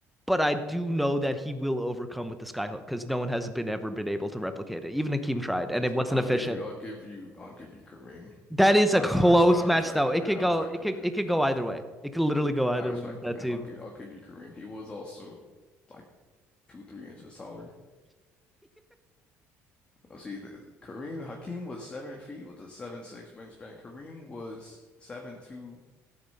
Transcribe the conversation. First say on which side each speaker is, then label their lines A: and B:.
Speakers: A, in the centre; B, on the left (about 20°).
A: but I do know that he will overcome with the skyhook because no one has been ever been able to replicate it. Even Hakeem tried, and it wasn't
B: I'll
A: efficient.
B: give you, I'll give you, I'll give you Kareem.
A: That is
B: I,
A: a close
B: re- I respect, I
A: match
B: respect
A: though.
B: the
A: It
B: man.
A: could
B: I respect
A: go it
B: the
A: could
B: man.
A: it could go either way. It could literally go either
B: I respect
A: way with that
B: the man.
A: team.
B: I'll give, I'll give you Kareem. He was also like two, three inches taller. let see, the, Kareem Hakeem was seven feet with a seven six wingspan. Kareem was seven two